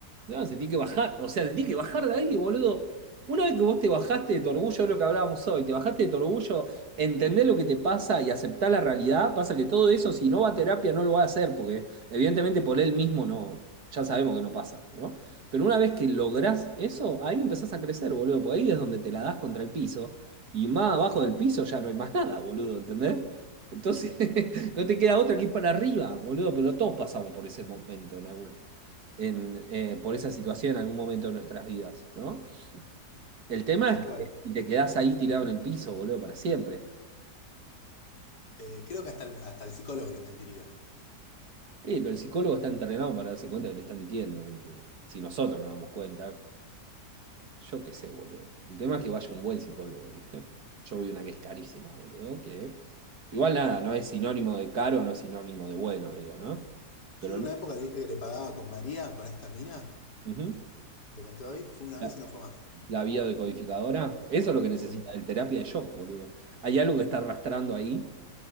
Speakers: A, on the right (about 65°); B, on the left (about 80°).
A: No, se tiene que bajar, o sea, se tiene que bajar de ahí, boludo. Una vez que vos te bajaste de tu orgullo, es lo que hablábamos hoy, te bajaste de tu orgullo, entender lo que te pasa y aceptar la realidad, pasa que todo eso, si no va a terapia, no lo va a hacer, porque evidentemente por él mismo no, ya sabemos que no pasa, ¿no? Pero una vez que lográs eso, ahí empezás a crecer, boludo, porque ahí es donde te la das contra el piso, y más abajo del piso ya no hay más nada, boludo, ¿entendés? Entonces, <laughs> no te queda otra que ir para arriba, boludo, pero todos pasamos por ese momento en algún en, eh, por esa situación en algún momento de nuestras vidas, ¿no? El tema
B: tal
A: es
B: cual.
A: que si te quedás ahí tirado en el piso, boludo, para siempre.
B: Eh, creo que hasta, el- hasta el psicólogo le mentiría.
A: Eh, pero el psicólogo está entrenado para darse cuenta que le está mintiendo, de último. Si nosotros nos damos cuenta, yo qué sé, boludo. El tema es que vaya un buen psicólogo, ¿viste? Yo voy a una que es carísima, boludo, que... Igual nada, no es sinónimo de caro, no es sinónimo de bueno, digo, ¿no? Pero
B: Yo en una
A: no-
B: época le dije que le pagaba con María, con esta mina.
A: ujú.
B: que te conté hoy fue una
A: La,
B: vez y no fue más.
A: la biodecodificadora, eso es lo que necesita,
B: Sí,
A: el terapia de shock, boludo. Hay algo que está arrastrando ahí